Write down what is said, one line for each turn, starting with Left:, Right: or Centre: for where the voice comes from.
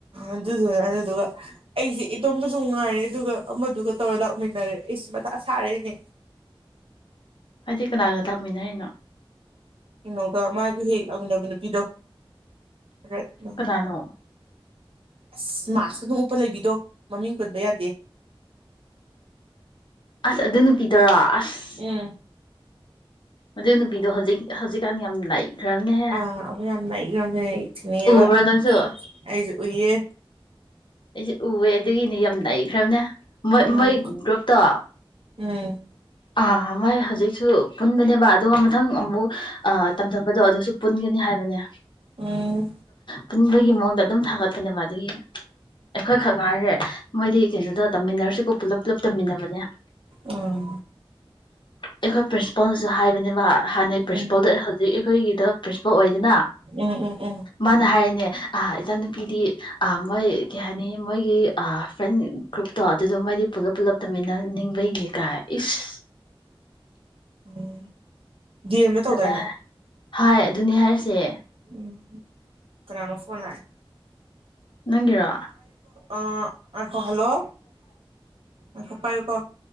Right: ꯑꯗꯨꯗꯨꯅꯦ ꯑꯗꯨꯗꯨꯒ ꯑꯩꯁꯤꯦ ꯏꯇꯣꯝꯗꯁꯨ ꯉꯥꯏꯔꯦ ꯑꯗꯨꯒ ꯑꯃꯗꯨꯒ ꯇꯧꯔ ꯂꯥꯛꯃꯤꯟꯅꯔꯦ ꯑꯩꯁꯤ ꯃꯊꯥ ꯁꯥꯔꯅꯦ
Left: ꯍꯥꯏꯗꯤ ꯀꯅꯥꯒ ꯇꯥꯛꯃꯤꯟꯅꯔꯤꯅꯣ
Right: ꯀꯩꯅꯣꯒ ꯃꯥꯁ ꯍꯦꯛꯦꯛ ꯂꯥꯛꯃꯤꯟꯅꯕ ꯅꯨꯄꯤꯗꯣ ꯔꯠꯅ
Left: ꯀꯅꯥꯅꯣ
Right: ꯑꯁ ꯃꯁ ꯑꯗꯨꯝ ꯎꯞꯄ ꯂꯩꯕꯤꯗꯣ ꯃꯃꯤꯡ ꯄꯨꯟꯕ ꯌꯥꯗꯦ
Left: ꯑꯁ ꯑꯗꯨꯅ ꯄꯤꯗꯔ ꯑꯁ
Right: ꯎꯝ
Left: ꯑꯗꯨ ꯑꯗꯨ ꯄꯤꯗꯣ ꯍꯧꯖꯤꯛ ꯍꯧꯖꯤꯛꯀꯥꯟ ꯌꯥꯝ ꯂꯩꯈ꯭ꯔꯕꯅꯦꯍꯦ
Right: ꯑꯥ ꯑꯃ ꯌꯥꯝ ꯅꯈ꯭ꯔꯅꯦꯈꯤꯅꯦꯕ
Left: ꯎꯕ꯭ꯔꯥ ꯅꯪꯁꯨ
Right: ꯑꯩꯁꯨ ꯎꯏꯌꯦ
Left: ꯑꯩꯁꯦ ꯎꯑꯦ ꯑꯗꯨꯒꯤꯅꯦ ꯌꯥꯝ ꯅꯅꯥꯏꯈ꯭ꯔꯕꯅꯦ ꯃꯣꯏ
Right: ꯎꯝ
Left: ꯃꯣꯏ ꯒ꯭ꯔꯨꯞꯇꯣ
Right: ꯎꯝ
Left: ꯑ ꯃꯣꯏ ꯍꯧꯖꯤꯛꯁꯨ ꯄꯨꯟꯕꯅꯦꯕ ꯑꯗꯨꯒ ꯃꯊꯪ ꯑꯃꯨꯛ ꯇꯝꯊꯕꯗꯣ ꯑꯗꯨꯁꯨ ꯄꯨꯟꯒꯅꯤ ꯍꯥꯏꯕꯅꯦ
Right: ꯎꯝ
Left: ꯄꯨꯟꯕꯒꯤ ꯃꯑꯣꯡꯗ ꯑꯗꯨꯝ ꯊꯥꯒꯠꯄꯅꯦꯕ ꯑꯗꯨꯒꯤ ꯑꯩꯈꯣꯏ ꯈꯛ ꯉꯥꯏꯔꯦ ꯃꯣꯏꯗꯤ ꯀꯩꯅꯣꯗꯣ ꯇꯝꯃꯤꯟꯅꯔꯁꯨꯀꯣ ꯄꯨꯂꯞ ꯄꯨꯂꯞ ꯇꯝꯃꯤꯟꯅꯕꯅꯦ
Right: ꯎꯝ
Left: ꯑꯩ ꯈꯣꯏ ꯄꯁ ꯏꯣꯅꯁꯨ ꯍꯥꯏꯕꯅꯦꯕ ꯍꯥꯟꯅꯩ ꯄ꯭ꯔꯤꯟꯁꯤꯄꯜꯗ
Right: ꯎꯝ
Left: ꯍꯧꯖꯤꯛ ꯑꯩꯈꯣꯏꯒꯤꯗ ꯄ꯭ꯔꯤꯟꯁꯤꯄꯜ ꯑꯣꯏꯗꯅ
Right: ꯎꯝ ꯎꯝ ꯎꯝ
Left: ꯃꯥꯅ ꯍꯥꯏꯔꯅꯦ ꯑ ꯏꯆꯥꯅꯨꯄꯤꯗꯤ ꯑ ꯃꯣꯏ ꯀꯩ ꯍꯥꯏꯅꯤ ꯃꯣꯏꯒꯤ ꯐ꯭ꯔꯦꯟ ꯒ꯭ꯔꯨꯞꯇꯣ ꯑꯗꯨꯗꯣ ꯃꯣꯏꯗꯤ ꯄꯨꯜꯂꯞ ꯄꯨꯜꯂꯞ ꯇꯨꯃꯤꯟꯅ ꯅꯤꯡꯕꯩꯅꯦ ꯀꯥꯏ ꯏꯁ
Right: ꯎꯝ ꯗꯤ ꯑꯦꯝꯅ ꯇꯧꯗꯥꯏꯅꯦ
Left: ꯑꯗꯨꯃꯥꯏ ꯍꯥꯏ ꯑꯗꯨꯅꯤ ꯍꯥꯏꯔꯤꯁꯦ
Right: ꯎꯝ ꯀꯅꯥꯅ ꯐꯅ
Left: ꯅꯪꯒꯤꯤꯔꯣ
Right: ꯑ ꯑ ꯐꯣꯂꯣ ꯑꯈꯣꯄꯥꯏꯨꯀꯣ